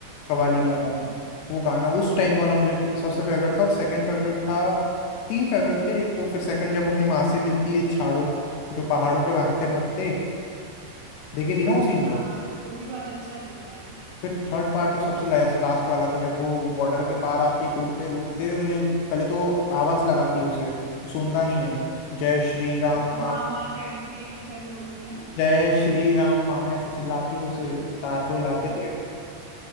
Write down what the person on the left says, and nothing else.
कवाली
वाला वो गाना उस टाइम वाला मुझे सबसे फेवरेट था और सेकंड फेवरेट था तीन फेवरेट थे एक तो फिर सेकंड जब वो अपनी माँ से मिलती है छाड़ों जो पहाड़ों पे भागते भागते देखी थी ना वो सीन तो
फिर थर्ड पार्ट जो सबसे लास्ट वाला था जब वो बॉर्डर के पार आती है कूदते कूदते इन्हें पहले तो आवाज लगाती है उसे वो सुनता नहीं है जय श्री राम
नाम
जय श्री राम मामा ऐसे चिल्लाती है उसे तार को हिलाते
हुए